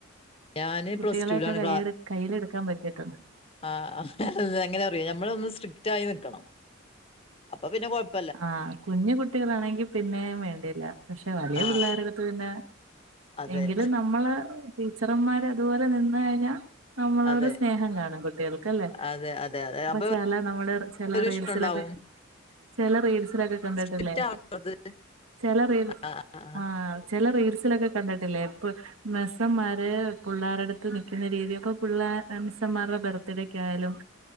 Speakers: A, on the left; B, on the right.
A: ഞാന്
B: കുട്ടികളെക്കെ
A: പ്ലസ് ടുലാണ്
B: കൈ കയ്യിലെടുക്കാൻ പറ്റിട്ടുണ്ടോ
A: ആ എങ്ങനെ അറിയോ നമ്മള് ഒന്ന് സ്ട്രിക്റ്റ് ആയി നിൽക്കണം അപ്പൊ പിന്നെ കുഴപ്പ-
B: ആ കുഞ്ഞു കുട്ടികളാണെങ്കി പിന്നേ വേണ്ടിയില്ല പക്ഷെ വലിയ
A: ആഹ്
B: പിള്ളേരുടുത്ത് പിന്നെ-
A: അതെ
B: എങ്കിലും നമ്മള് ടീച്ചർന്മാര് അതുപോലെ നിന്ന് കഴിഞ്ഞാ നമ്മളോട്
A: അതെ
B: സ്നേഹം കാണും കുട്ടികൾക്കല്ലേ
A: അതെ അതെ അതെ
B: ഇപ്പൊ
A: അപ്പൊ
B: ചില നമ്മുടെ ചില
A: ഒരു
B: റീൽസിലൊക്കെ-
A: ഇഷ്ടണ്ടാവും
B: ചില റീൽസിലൊക്കെ കണ്ടിട്ടില്ലേ
A: സ്ട്രിക്റ്റ് ആവണത്
B: ചില റീൽസ്
A: ആഹ് ആഹ്
B: ആ ചില റീൽസിലൊക്കെ കണ്ടിട്ടില്ലേ ഇപ്പ മിസ്സന്മാർ പിള്ളേരുടുത്ത് നിൽക്കുന്ന രീതി ഒക്കെ മിസ്സന്മാരുടെ ബർത്ത്ഡേയ്ക്ക് ആയാലും